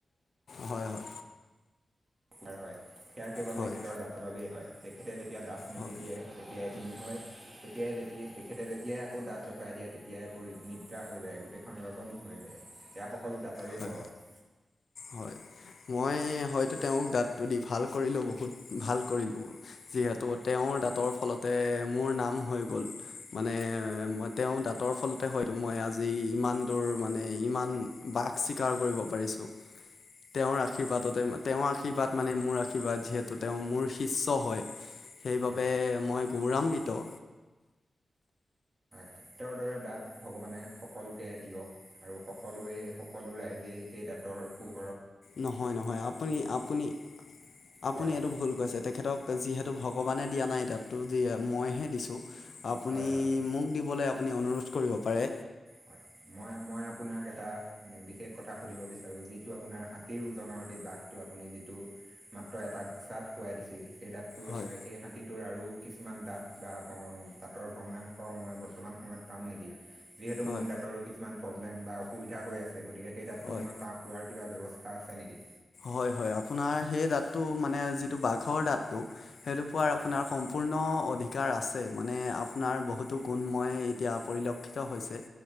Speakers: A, on the left; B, on the right.
A: হয় - হয়।
B: ৰ হয়। সেয়া কেৱল
A: হয়
B: তেখেতৰ দাঁতৰ বাবেই হয়। তেখেতে যেতিয়া দাঁত মেলি
A: হয়
B: দিয়ে তিয়াই দিন হয়। তেতিয়াই যেতি- তেখেতে যেতিয়াই আকৌ দাঁত জপাই দিয়ে, তেতিয়াই আকৌ নিদ্ৰা হৈ যায়। তেখন ৰজনী হৈ যায়। সেয়া সকলো দাঁতৰে
A: হয়
B: পৰশ।
A: হয়। মই হয়তো তেওঁক দাঁতটো দি ভাল কৰিলোঁ। বহুত ভাল কৰিলোঁ ম-, যিহেতু তেওঁৰ দাঁতৰ ফলতে এ মোৰ নাম হৈ গ'ল। মানে ম- তেঁওৰ দাঁতৰ ফলতে হয়তো মই আজি ই মান দূৰ মানে, ইমান বাক শ্বীকাৰ কৰিব পাৰিছোঁ। তেওঁৰ আশীৰ্বাদতে- তেওঁৰ আশীৰ্বাদ মানে মোৰ আৰ্শীৰ্বাদ, যিহেতু তেওঁ মোৰ শিষ্য হয়। সেইবাবে
B: হয়
A: মই গৌৰাম্বিত।
B: হয় তেওঁৰ দৰে দাঁত ভগৱানে সকলোকে দিয়ক। আৰু সকলোৱে সকলো ৰাইজে এই দাঁতৰ অসু
A: নহয় - নহয়, আপুনি- আপুনি- আপুনি
B: হয়
A: এইটো ভুল কৈছে। তেখেতক যিহে তু ভগৱানে দিয়া নাই দাঁতটো দি- মই হে দিছোঁ। আপুনি
B: হয় হয় হয়
A: মোক দিবলে আপুনি অনুৰোধ কৰিব পাৰে।
B: হয় মই মই আপোনাক এটা বিশেষ কথা সুধিব বিচাৰোঁ, যিটো আপোনাৰ হাতীৰ ওজনৰ সেই দাঁতটো আপুনি যি টো মাত্ৰ এটা ঘোঁচাত শুৱাই দিছিল। সেই দাঁতটোৰ-
A: হয়
B: সেই হাতীটোৰ আৰু কিছুমান দাঁত বা ভ- দাঁতৰ ভগ্নাংশ মই বৰ্তমান সময়ত পাম নেকি? যিহেতু
A: হয়
B: মোৰ দাত কিছুমান প্ৰব্লেম বা অসুবিধা হৈ আছে। গতিকে সেই দাঁতটো
A: হয়
B: মই পা- পোৱাৰ কিবা ব্যৱস্থা আছে নেকি?
A: হয় - হয়, আপোনাৰ সেই দাঁতটো মানে যিটো বাঘৰ দাঁতটো, সেইটো পোৱাৰ আপোনাৰ
B: হয়
A: সম্পূৰ্ণ অধিকাৰ আছে। মানে আপোনাৰ বহুতো গুণ মই এতিয়া পৰিলক্ষিত হৈছে।